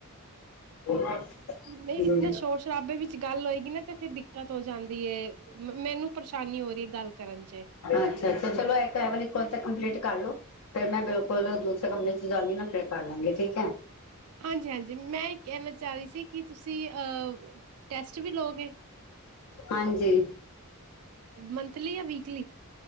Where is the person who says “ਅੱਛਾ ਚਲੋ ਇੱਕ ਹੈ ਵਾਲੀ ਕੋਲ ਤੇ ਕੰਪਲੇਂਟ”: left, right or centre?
Left